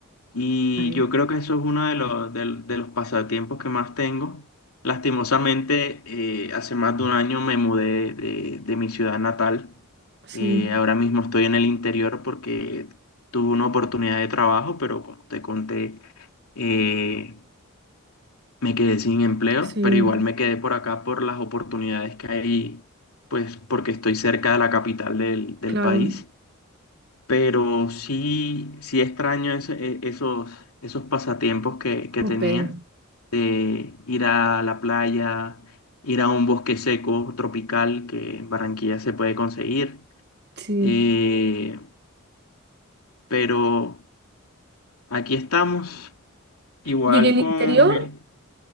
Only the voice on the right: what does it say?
ay.
Sí,
sí,
claro.
Jope.
Sí.
Y en el
interior,